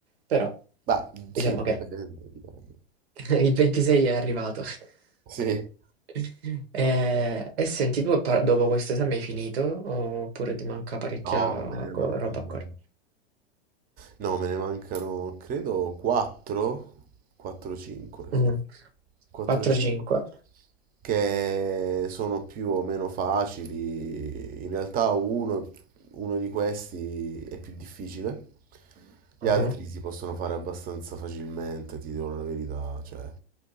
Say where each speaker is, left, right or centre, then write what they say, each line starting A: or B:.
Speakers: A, on the right (about 85°); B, on the right (about 30°).
A: Però,
B: Bah, sì,
A: diciamo che
B: dipende, dipende.
A: <laughs> il 26 è arrivato.
B: Sì,
A: <laughs> Eh, E, senti, tu appa- dopo questo esame hai finito oppure ti manca parecchia
B: no, beh,
A: co-
B: non
A: roba
B: credo.
A: ancora?
B: No, me ne mancano, credo, 4, 4-5,
A: Mm.
B: sì. 4-5
A: 4-5?
B: che sono più o meno facili. In realtà uno, uno di questi è più difficile. Gli
A: Mhm.
B: altri si possono fare abbastanza facilmente, ti dirò la verità, cioè,